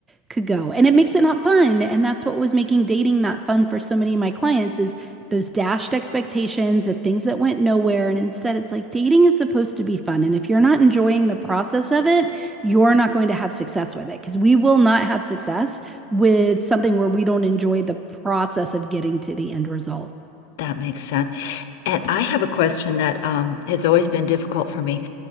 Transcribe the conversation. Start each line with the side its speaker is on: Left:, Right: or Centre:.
Right: could go. And it makes it not fun. And that's what was making dating not fun for so many of my clients is those dashed expectations, the things that went nowhere. And instead, it's like dating is supposed to be fun. And if you're not enjoying the process of it, you're not going to have success with it because we will not have success with something where we don't enjoy the process of getting to the end result.
Left: that makes sense. And I have a question that um, has always been difficult for me.